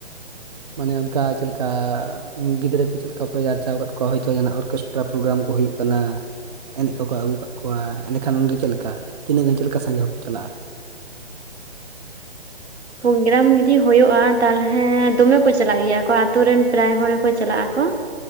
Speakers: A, on the right; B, on the right.
A: ᱢᱟᱱᱮ ᱚᱱᱠᱟ ᱪᱮᱜᱞᱮᱠᱟ ᱜᱤᱫᱽᱨᱟᱹ ᱠᱚ ᱪᱮᱫ ᱞᱮᱠᱟ ᱯᱮ ᱪᱟᱨᱪᱟᱣ ᱟᱠᱟᱫ ᱠᱚᱣᱟ ᱦᱳᱭᱛᱳ ᱡᱟᱦᱟᱸᱱᱟᱜ ᱚᱨᱠᱮᱥᱴᱨᱟ ᱯᱨᱳᱜᱨᱟᱢ ᱠᱚ ᱦᱩᱭᱩᱜ ᱠᱟᱱᱟ ᱮᱱᱮᱡ ᱠᱚᱠᱚ ᱟᱹᱜᱩ ᱟᱠᱟᱫ ᱠᱚᱣᱟ ᱮᱸᱰᱮᱠᱷᱟᱱ ᱚᱸᱰᱮ ᱪᱮᱫ ᱞᱮᱠᱟ ᱛᱤᱱᱟᱹᱜ ᱜᱟᱱ ᱪᱮᱫ ᱞᱮᱠᱟ ᱥᱟᱸᱜᱮ ᱦᱚᱲ ᱠᱚ ᱪᱟᱞᱟᱜᱼᱟ?
B: ᱯᱨᱳᱜᱨᱟᱢ ᱡᱩᱫᱤ ᱦᱳᱭᱳᱜᱼᱟ ᱛᱟᱞᱦᱮ ᱫᱚᱢᱮ ᱠᱚ ᱪᱟᱞᱟᱜ ᱜᱮᱭᱟ ᱠᱚ ᱟᱛᱩ ᱨᱮᱱ ᱯᱨᱟᱭ ᱦᱚᱲ ᱠᱚ ᱪᱟᱞᱟᱜ ᱟᱠᱚ᱾